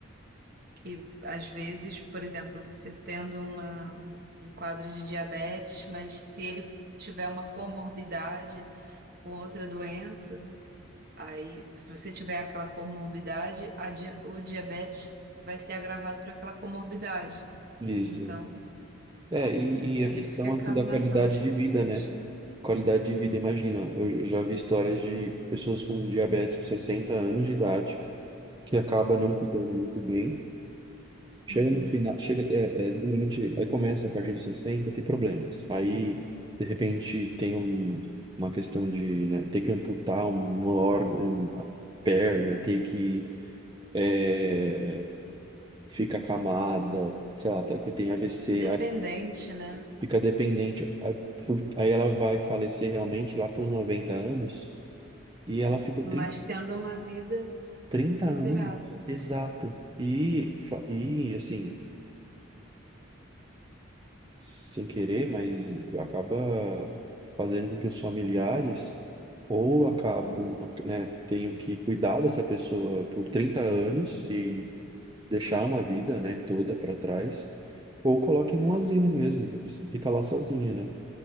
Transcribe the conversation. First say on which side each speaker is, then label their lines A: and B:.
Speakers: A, on the right; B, on the right.
A: que às vezes, por exemplo, você tendo uma, um quadro de diabetes, mas se ele tiver uma comorbidade com outra doença, aí se você tiver aquela comorbidade, a di- o diabetes vai ser agravado por aquela comorbidade.
B: Isso.
A: Então,
B: É, e, e
A: é
B: a questão
A: isso que acaba
B: assim da
A: matando
B: qualidade
A: as pessoas.
B: de vida, né? Qualidade de vida, imagina, eu já vi histórias de pessoas com diabetes com 60 anos de idade que acaba não cuidando muito bem. Chega
A: Uhum.
B: no final, chega é, é, durante, aí começa a partir dos 60 a ter problemas. Aí, de repente, tem um, uma questão de, né, ter que amputar um um órgão, uma perna, ter que é, fica acamada, sei lá, tá- tem AVC.
A: Dependente, né?
B: fica dependente. Aí, fu- aí ela vai falecer realmente lá por 90 anos e ela ficou
A: Mas
B: 30
A: tendo uma vida
B: 30
A: miserável.
B: anos, exato. E, fa- e assim, sem querer, mas acaba fazendo com que os familiares ou acabam, né, tenham que cuidar dessa pessoa por 30 anos e deixar uma vida, né, toda para trás, ou coloque num asilo mesmo, né, a pessoa fica lá sozinha, né?